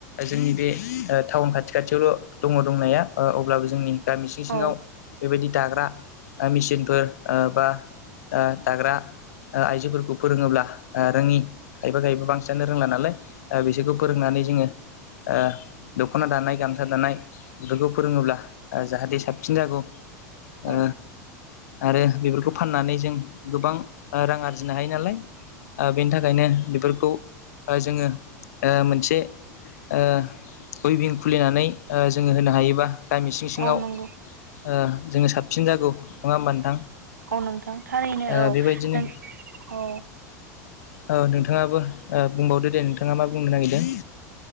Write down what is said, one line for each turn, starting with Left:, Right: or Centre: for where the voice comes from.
Left: जोंनि बे ओ टाउन खाथि खाथियावल' दङ दंनाया ओ अब्लाबो जोंनि गामि सिं सिङाव
Right: औ
Left: बेबायदि दाग्रा ओ मेचिनफोर ओ बा ओ दाग्रा ओ आइजोफोरखौ फोरोङोब्ला ओ रोङि खायफा खायबा बांसिनानो रोंला नालाय ओ बिसोरखौ फोरोंना नै जोङो ओ दख'ना दानाय गामसा दानाय बेफोरखौ फोरोङोब्ला ओ जाहाथे साब सिन जागौ ओ
Right: औ
Left: आरो बेफोरखौ फाननानै जों गोबां ओ रां आरजिनो हायो नालाय ओ बेनि थाखायनो बेफोरखौ ओ जोङो ओ मोनसे ओ उइभिं खुलिनानै ओ जोङो होनो हायोबा गामि सिं सिङाव
Right: औ नंगौ
Left: ओ जोङो साबसिन जागौ नङा होमबा नोंथां
Right: औ नोंथां थारैनो
Left: ओ
Right: औ
Left: बेबायदिनो
Right: नों औ
Left: औ नोंथाङाबो। ओ बुंबावदो दे नोंथाङा मा बुंनो नागिरदों।